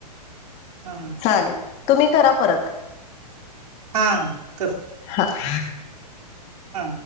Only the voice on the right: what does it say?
-हा.
हा- कर
हा